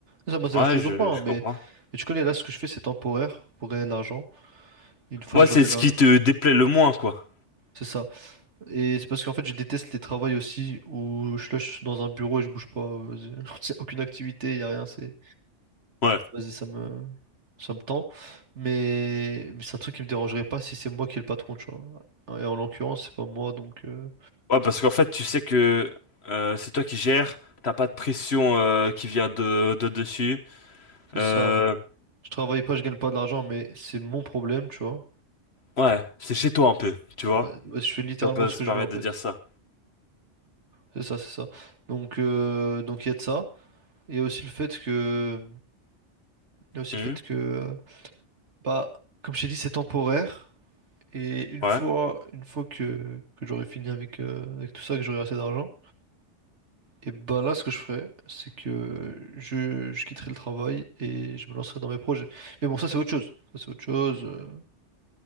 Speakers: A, on the right; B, on the left.
A: Ça m'intéresse
B: Ouais
A: toujours
B: je,
A: pas, hein,
B: je
A: mais,
B: comprends.
A: mais tu connais, là, ce que je fais, c'est temporaire pour gagner de l'argent. Une fois
B: Ouais
A: que j'aurai
B: c'est ce
A: de l'argent,
B: qui te déplaît le moins quoi.
A: c'est ça. Et c'est parce qu'en fait, je déteste les travails aussi où je suis là, je suis dans un bureau et je bouge pas. euh, <laughs> j'ai aucune activité, y a rien, c'est...
B: Ouais.
A: Vas-y, ça me... ça me tend. Mais, mais c'est un truc qui me dérangerait pas si c'est moi qui est le patron, tu vois. Et en l'occurrence, c'est pas moi, donc euh,
B: Ouais, parce qu'en fait, tu sais que euh, c'est toi qui gères, t'as pas de pression euh, qui vient de, de dessus.
A: c'est
B: Euh,
A: ça. Je travaille pas, je gagne pas de l'argent, mais c'est mon problème, tu vois.
B: ouais, c'est chez toi un peu, tu vois,
A: Ouais, ouais, je fais littéralement
B: si on peut
A: ce
B: se
A: que
B: permettre
A: je veux, en fait.
B: de dire ça.
A: C'est ça, c'est ça. Donc, euh, donc il y a de ça. Et aussi le fait que... Il y a aussi
B: Mhm.
A: le fait que... euh, Bah, comme je t'ai dit, c'est temporaire. Et une
B: Ouais.
A: fois, une fois que, que j'aurai fini avec, euh, avec tout ça, que j'aurai assez d'argent, et ben là, ce que je ferai, c'est que je, je quitterai le travail et je me lancerai dans mes projets. Mais bon, ça, c'est autre chose. Ça, c'est autre chose. euh,